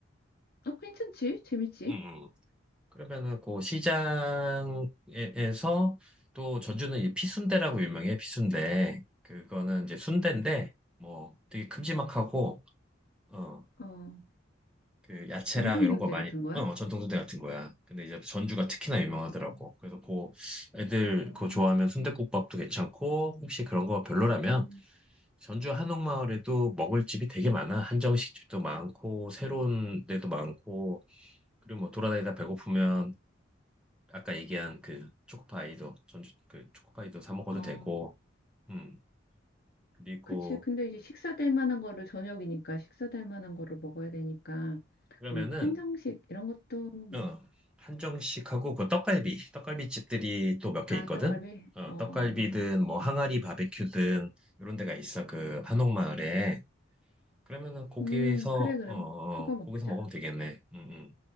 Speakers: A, on the left; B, in the centre.
A: 어, 괜찮지? 재밌지?
B: 음. 음. 그러면은 그 시장에서 또 전주는 이 피순대라고 유명해 피순대. 그거는 이제 순대인데 뭐 되게 큼지막하고 어
A: 어,
B: 그 야채랑
A: 전통
B: 이런
A: 순대
B: 거 많이
A: 같은 거야?
B: 어 전통순대 같은 거야. 근데 이제 전주가 특히나 유명하더라고.
A: 어,
B: 그래서 그 애들
A: 어,
B: 그거 좋아하면 순댓국밥도 괜찮고 혹시 그런 거 별로라면
A: 음,
B: 전주 한옥마을에도 먹을 집이 되게 많아. 한정식 집도 많고, 새로운 데도 많고, 그리고 뭐 돌아다니다 배고프면 아까 얘기한 그 초코파이도, 전주 그 초코파이도 사 먹어도
A: 어.
B: 되고, 음, 그리고
A: 그치. 근데 이제 식사 될 만한 거를 저녁이니까 식사 될 만한 거를 먹어야 되니까
B: 그러면은,
A: 그럼 한정식 이런 것도 뭐
B: 어, 한정식하고 그 떡갈비, 떡갈비 집들이 또 몇 개
A: 아
B: 있거든?
A: 떡갈비
B: 어,
A: 어,
B: 떡갈비든 뭐 항아리
A: 어.
B: 바베큐든 이런 데가 있어. 그 한옥마을에. 그러면은 거기서,
A: 음 그래 그럼
B: 어, 어,
A: 그거 먹자.
B: 거기서 먹으면 되겠네. 응,